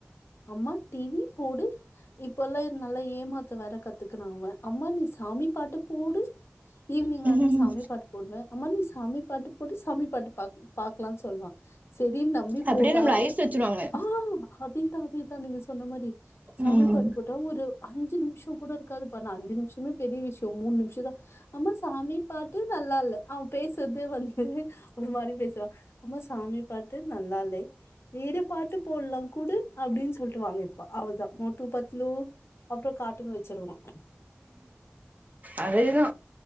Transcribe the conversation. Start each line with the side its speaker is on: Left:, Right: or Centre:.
Left: அம்மா டி வி போடு இப்பல்லா எ நல்லா ஏமாத்த வேற கத்துக்குன்ன அவே அம்மா நீ சாமி பாட்டு போடு ஈவினிங்
Right: ம்
Left: ஆனா
Right: ம்
Left: சாமி பாட்டு போடுவ அம்மா நீ சாமி பாட்டு போடு சாமி பாட்டு பாக்லா பாக்கலான்னு சொல்வா செரின்னு நம்பி
Right: அப்டியே
Left: போட்டா
Right: நம்மள ஐஸ் வச்சிருவாங்க
Left: ஆ அதேதா அதேதா நீங்க சொன்ன மாரி சாமி
Right: ம்
Left: பாட்டு போட்டா ஒரு அஞ்சு நிமிஷ கூட இருக்காதுப்பா நா அஞ்சு நிமிஷமே பெரிய விஷ்யோ மூணு நிமிஷ தா அம்மா சாமி பாட்டு நல்லால்ல அவ பேசுறதே வந்து ஒரு மாரி பேசுவா அம்மா சாமி பாட்டு நல்லால்லே வேற பாட்டு போட்லா குடு அப்டின்னு சொல்ட்டு வாங்கு ப்ப அவ்ள தா மோட்டு பத்லு அப்றோ கார்ட்டுன் வச்சிருவா
Right: அதேதா